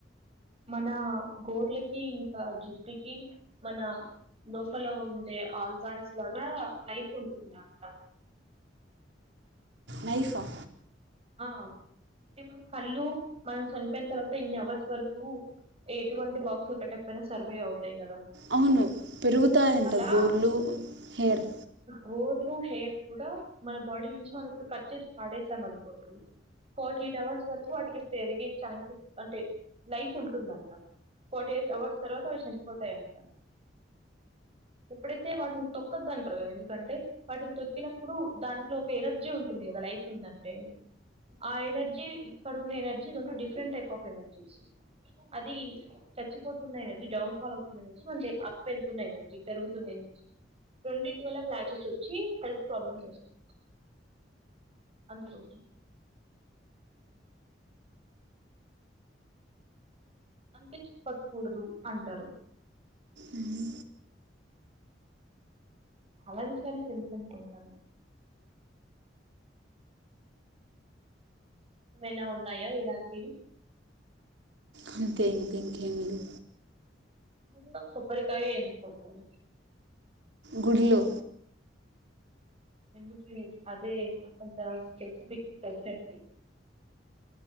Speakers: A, on the right; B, on the right.
A: మన గోర్లకి ఇంకా జుట్టుకి మన లోపల ఉండే ఆర్గాన్స్ కి అ లైఫ్ ఉంటుందంట
B: నైఫ్ హ
A: ఆ అంటే కళ్ళు మనం చనిపోయిన తర్వాత ఇన్ని అవర్స్ వరకు ఎటువంటి బాక్స్లు పెట్టకపోయినా సర్వే అవుతాయి కదా
B: అవును పెరుగుతాయంట
A: అలా
B: గోర్లు హెయిర్
A: గోర్లు అంటే ఆ హెయిర్ కూడా మన బాడీ నుంచి మనం కట్ చేసి పాడేసాం అనుకోండి ఫార్టీ ఎయిట్ అవర్స్ వరకు వాటికి పెరిగే ఛాన్సెస్ అంటే లైఫ్ ఉంటుందంట ఫోర్టీ ఎయిట్ అవర్స్ తర్వాత అవి చనిపోతాయంట ఎప్పుడైతే వాటిని తొక్కొదు అంటారు కదా ఎందుకంటే వాటిని తొక్కినప్పుడు దాంట్లో ఒక ఎనర్జీ ఉంటుంది కదా లైఫ్ ఉందంటే ఆ ఎనర్జీ ఇక్కడ ఉన్న ఎనర్జీ రెండు డిఫరెంట్ టైప్ ఆఫ్ ఎనర్జీస్ అది చచ్చిపోతున్న ఎనర్జీ డౌన్ ఫాల్ అవుతుంది ఎనర్జీ మే అప్ వెళ్తున్న ఎనర్జీ పెరుగుతుంది రెండిటి వల్ల ప్లాసెస్ వచ్చి హెల్త్ ప్రాబ్లమ్స్ వస్తాయి అందుకనే అందుకే తొక్కకూడదు అంటారు
B: మ్మ్
A: అలాంటి విషయాలు తెలిసి ఉంటాయి మా ఏమైనా ఉన్నాయా ఇలాంటివి
B: అంతే ఇంకేంటివి అండి
A: గుడిలో కొబ్బరికాయ ఎందుకు కొడతారు
B: గులో
A: ఎందుకు అదే కొంత స్పెసిఫిక్ ప్రెసెంట్